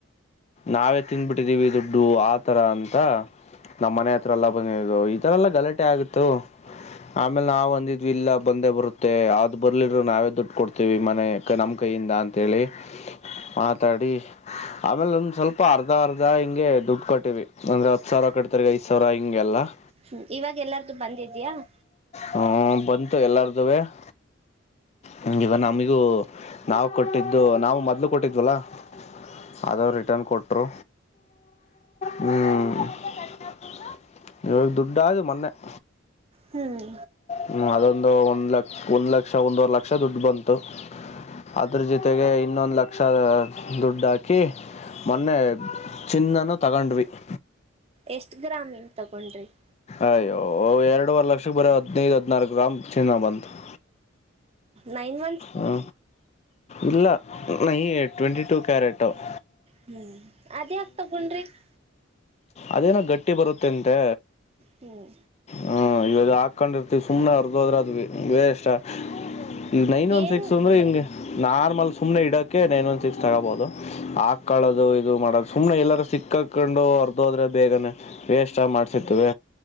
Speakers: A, on the left; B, on the right.
A: ನಾವೇ ತಿನ್ಬಿಟ್ಟಿದೀವಿ ದುಡ್ಡು ಆ ತರ ಅಂತ <inaudible> ನಮ್ಮ ಮನೆ ಹತ್ರ ಎಲ್ಲ ಬಂದಿದ್ರು ಇತರ ಎಲ್ಲ ಗಲಾಟೆ ಆಗಿತ್ತು. ಆಮೇಲೆ ನಾವ್ ಅಂದಿದ್ವಿ ಇಲ್ಲ ಬಂದೇ ಬರುತ್ತೆ ಆದರು <inaudible> ಬರ್ಲಿದರರು ನಾವೇ ದುಡ್ಡು ಕೊಡ್ತೀವಿ ಈ ಮನೆ ಏಕ್ ನಮ್ಮ ಕೈಯಿಂದ ಅಂತ ಹೇಳಿ ಮಾತಾಡಿ <inaudible> ಆಮೇಲೆ ಒಂದ್ ಸ್ವಲ್ಪ ಅರ್ಧ ಅರ್ಧ ಹಿಂಗೆ ದುಡ್ಡು ಕೊಟ್ಟಿವಿ ಒಂದ ಹತ್ತ ಸಾವಿರ ಕಟ್ಟಡತ್ತಾರೆ. <inaudible> ಸಾವರ ಹಿಂಗೆಲ್ಲ? <inaudible>
B: ಹು ಇವಾಗ ಎಲ್ಲಾರ್ದು ಬಂದಿದೆಯಾ? <inaudible>
A: ಹು ಬಂತು ಎಲ್ಲಾರದೂವೇ? <inaudible> ಹು ಇದ ನಮಿಗೂ ನಾವು ಕೊಟ್ಟಿದ್ದು ನಾವು ಮೊದ್ಲು ಕೊಟ್ಟಿದ್ವಲ್ಲ? <inaudible> ಅದು ರಿಟರ್ನ್ ಕೊಟ್ಟರು ಹೂ <inaudible> <unintelligible> ಇವಾಗ ದುಡ್ಡ ಆದು ಮೊನ್ನೆ? <inaudible>
B: ಹ್ಮ್
A: ಹು ಅದೊಂದು ಒಂದ್ ಲಕ್ಷ ಒಂದ್ ಲಕ್ಷ ಒಂದುವರೆ ಲಕ್ಷ ದುಡ್ಡು ಬಂತು. <inaudible> ಅದ್ರ ಜೊತೆಗೆ ಇನ್ನೊಂದ ಲಕ್ಷ ದುಡ್ಡು ಹಾಕಿ, <inaudible> ಮೊನ್ನೆ ಚಿನ್ನನ್ನು ತಗೊಂಡ್ವಿ. <inaudible>
B: ಎಷ್ಟ ಗ್ರಾಮ ಇಂದ ತಗೊಂಡ್ರಿ? <inaudible>
A: ಅಯ್ಯೋ ಎರಡುವರೆ ಲಕ್ಷ ಬೇರೆ ಹದನೈದ ಹದ್ನಾರಾ ಗ್ರಾಮ ಚಿನ್ನ ಬಂತು. <inaudible>
B: ನೈನ್ ವನ್ <inaudible>
A: ಹ ಇಲ್ಲ ನೈನ ಎಟ್ ಟ್ವೆಂಟಿ ಟೂ ಕ್ಯಾರಟೋ? <inaudible>
B: ಹೂ ಅದ್ಯಾಕ ತಗೊಂಡ್ರಿ. <inaudible>
A: ಅದೇನೋ ಗಟ್ಟಿ ಬರುತ್ತೆ ಅಂತೆ
B: ಹ್ಮ್
A: ಹ್ಮ ಇದು ಹಾಕೊಂಡಿ ಇರ್ತಿವಿ ಸುಮ್ನೆ ಹೊರ್ದೋದ್ರ ಅದು ಬೇರೆಷ್ಟ ಈ ನೈನ್ ಒನ್
B: ಏನ್
A: ಸಿಕ್ಸ್ ಅಂದ್ರೆ ಹೆಿಂಗೆ ನಾರ್ಮಲ್ ಸುಮನೆ ಇಡಕ್ಕೆ ನೈನ್ ಒನ್ ಸಿಕ್ಸ್ ತಗೋಬಹುದು ಹಾಕೊಳ್ಳೋದು ಇದು ಮಾಡೋದು ಸುಮನೆ ಎಲ್ಲಾರ ಸಿಕ್ಕಕ್ ಕುಂಡೋರ್ ೋದ್ರೆ ಬೇಗನೆ ವೇಸ್ ಮಾಡ್ಸತವೆ